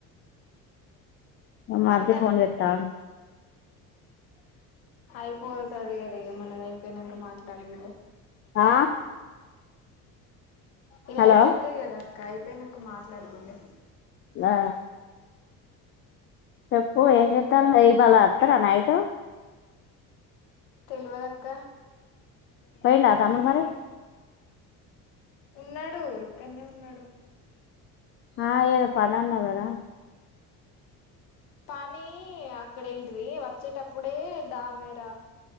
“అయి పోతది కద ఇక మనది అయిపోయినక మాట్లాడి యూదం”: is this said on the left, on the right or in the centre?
Left